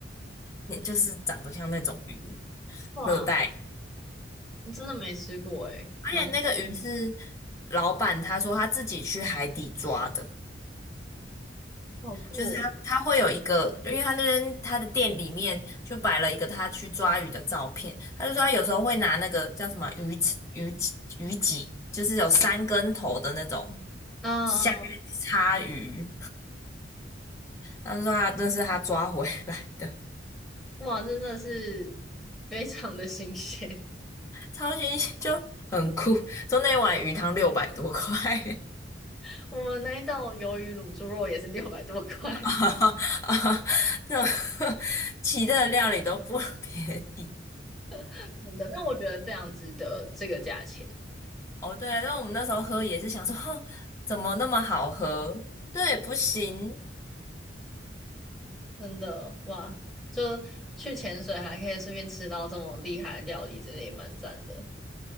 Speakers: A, on the left; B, in the centre.
A: 你就是长得像那种鱼，
B: 哇，
A: 热带。
B: 我真的没吃过哎，
A: 而且那个鱼是
B: 蛮 <laughs>
A: 老板他说他自己去海底抓的，
B: 好酷哦。
A: 就是他他会有一个，因为他那边他的店里面就摆了一个他去抓鱼的照片，他就说他有时候会拿那个叫什么鱼刺鱼刺鱼脊，就是有三根头的那种
B: 啊、
A: 下面插鱼。他就说他这是他抓回来的，
B: 哇，真的是 <laughs> 非常的新鲜。
A: <laughs> 超新鲜，<laughs> 就很酷。就那碗鱼汤六百多块，
B: <laughs> 我们那一道鱿鱼卤猪肉也是六百多块，
A: <laughs> 啊啊，这种 <laughs> 其他的料理都不便宜。
B: <laughs> 真的，但我觉得非常值得这个价钱，
A: 哦，对啊，然后我们那时候喝也是想说，哼怎么那么好喝？对，不行，
B: 真的哇！就去潜水还可以顺便吃到这么厉害的料理，真的也蛮赞的。